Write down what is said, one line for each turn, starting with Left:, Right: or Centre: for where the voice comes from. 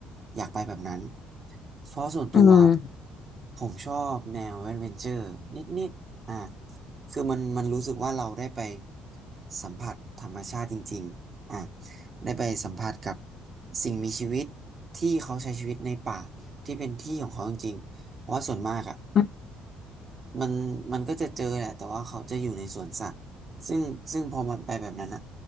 Right: อยากไปแบบนั้นเพราะส่วนตัว
Left: อืม
Right: ผมชอบแนวแอดเวนเจอร์นิดๆอ่ะคือมันมันรู้สึกว่าเราได้ไปสัมผัสธรรมชาติจริงๆอ่ะได้ไปสัมผัสกับสิ่งมีชีวิตที่เขาใช้ชีวิตในป่าที่เป็นที่ของเขาจริงๆเพราะว่าส่วนมากอะ
Left: อืม
Right: มันมันก็จะเจอแหละแต่ว่าเขาจะอยู่ในสวนสัตว์ซึ่งซึ่งพอมันไปแบบนั้นอ่ะ